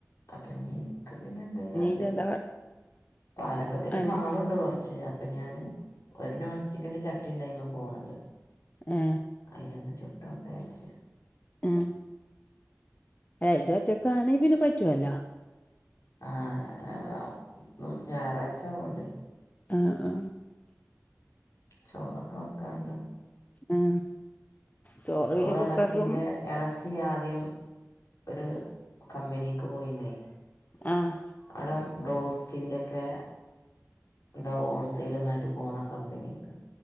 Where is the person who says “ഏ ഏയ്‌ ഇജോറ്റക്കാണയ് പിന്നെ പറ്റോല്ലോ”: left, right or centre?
Left